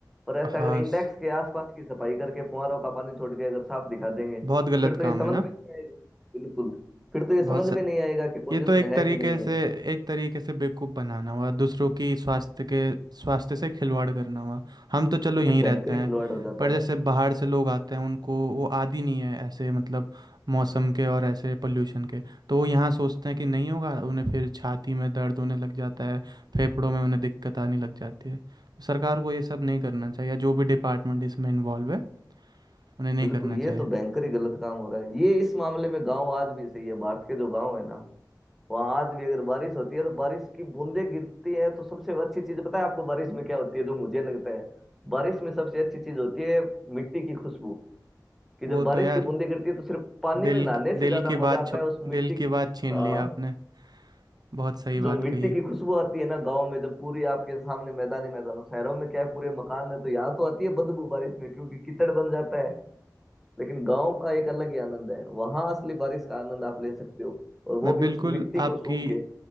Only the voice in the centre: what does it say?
पर ऐसा
अगर इंडेक्स
के आसपास की सफाई करके फुहारों का पानी छोड़ के अगर साफ दिखा देंगे
फिर तो ये
समझ
में
नहीं आएगा बिल्कुल फिर तो ये
समझ
में नहीं आएगा कि पोल्यूशन
है
कि नहीं
है
ये भयंकर
ही खिलवाड़ हो जाता
है
बिल्कुल
ये
तो भयंकर ही गलत काम हो रहा है ये इस मामले में गांव आज भी सही है भारत के जो गांव है ना वहाँ आज भी अगर बारिश होती है तो बारिश की बूंदें गिरती है तो सबसे अच्छी चीज पता है आपको बारिश में क्या होती है जो मुझे लगता है बारिश में सबसे अच्छी चीज होती है मिट्टी की खुशबू कि जब
बारिश
की बूंदें गिरती है तो सिर्फ पानी
में नहाने से
ज्यादा
मजा
आता
है उस मिट्टी
की
हाँ
जो मिट्टी
की खुशबू आती है ना गाँव में जब पूरी आपके सामने मैदान ही मैदान हो शहरों में क्या है पूरे मकान है तो यहाँ तो आती है बदबू बारिश में क्योंकि कीचड़ बन जाता है लेकिन गाँव का एक अलग ही आनंद है वहां असली बारिश का आनंद आप ले सकते हो और
वो
भी उस मिट्टी को
सूंघ के